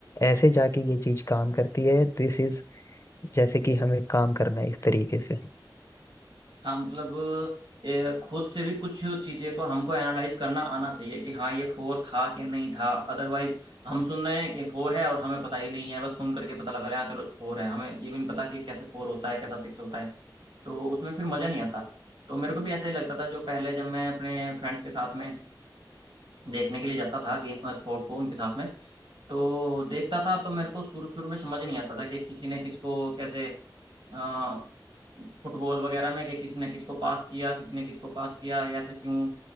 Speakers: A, on the left; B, on the right.
A: ऐसे जाके ये चीज काम करती है दिस इज जैसे कि हमें काम करना है इस तरीके से
B: हाँ मतलब ये खुद से भी कुछ चीजें को हमको एनालाइज करना आना चाहिए कि हाँ ये फोर था कि नहीं था अदरवाइज हम सुन रहे हैं कि फोर है और हमें पता ही नहीं है बस सुन करके पता लगा रहे हैं हाँ चलो फोर है हमें ये भी नहीं पता कि कैसे फोर होता है कैसा सिक्स होता है तो उसमें फिर मजा नहीं आता तो मेरे को भी ऐसा ही लगता था जो पहले जब मैं अपने फ्रेंड्स के साथ में देखने के लिए जाता था गेम स्पोर्ट को उनके साथ में तो देखता था तो मेरे को शुरू शुरू में समझ नहीं आता था कि किसी ने किसको कैसे अ, फुटबॉल वगैरह में कि किसी ने किसको पास किया किसी ने किसको पास किया या ऐसा क्यों